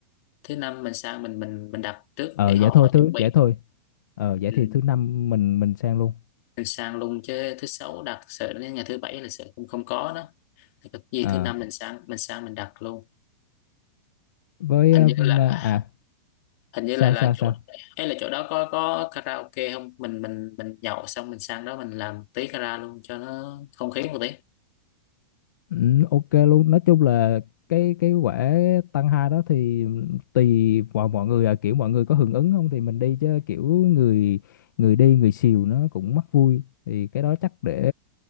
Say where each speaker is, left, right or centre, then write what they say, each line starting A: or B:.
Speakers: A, on the left; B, on the left.
A: thứ năm mình sang mình mình mình đặt trước
B: Ờ
A: để họ
B: vậy thôi
A: họ
B: thứ
A: chuẩn bị
B: vậy thôi. Ờ vậy
A: ừ.
B: thì thứ năm mình mình sang luôn.
A: mình sang luôn chứ thứ sáu đặt sợ đến ngày thứ bảy là sợ không không có đó Thì cái gì
B: À
A: thứ năm mình sang mình sang mình đặt luôn
B: với
A: hình
B: ờ,
A: như
B: mà-
A: là
B: à
A: hình như
B: sao
A: là là
B: sao
A: chỗ
B: sao
A: hay là chỗ đó có có karaoke không mình mình mình nhậu xong mình sang đó mình làm tí kara luôn cho nó không khí một tí
B: Ừ, ok luôn nói chung là cái cái quả tăng hai đó thì tùy vào mọi người à kiểu mọi người có hưởng ứng không thì mình đi chứ kiểu người người đi người xìu nó cũng mắc vui thì cái đó chắc để